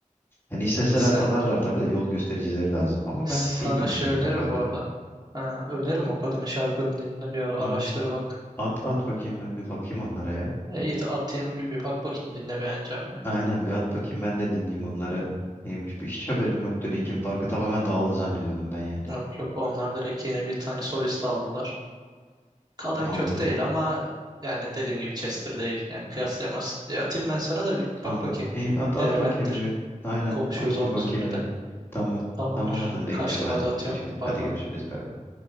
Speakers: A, on the left; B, on the right.
A: Yani isteseler
B: sen
A: tadarlar tabii de yol göstericileri lazım. Ama
B: sana
A: ben bilmiyordum
B: şey
A: Linkin
B: öneririm
A: Park'ı.
B: bu arada. Ha, öneririm o kadının şarkılarını dinle bir ara araştır
A: Hmm.
B: bak.
A: At at bakayım ben bir bakayım onlara ya.
B: E, İyi de atayım bir bir bak bakayım dinle beğeneceğim mi?
A: Aynen bir at bakayım ben de dinleyeyim onları. Neymiş bir hiç haberim yoktu Linkin Park'ı tamamen dağıldı zannediyordum ben yani.
B: Yok yok onlar direkt yeni bir tane solist aldılar. Kadın
A: Vallahi
B: kötü değil ama yani dediğim gibi Chester değil. Yani kıyaslayamazsın. E atayım ben sana da bir
A: anladım.
B: bak bakayım.
A: İyi at at
B: Değerlendir.
A: bakayım bir. Aynen
B: Konuşuruz
A: at
B: onun
A: bir bakayım
B: üzerine
A: bir.
B: de.
A: Tamam.
B: Tamamdır.
A: Tamam at hadi bekliyorum
B: Kaçtım
A: hadi.
B: hadi atıyorum.
A: Teşekkür ederim.
B: Bay
A: Hadi
B: bay.
A: görüşürüz. Bay bay.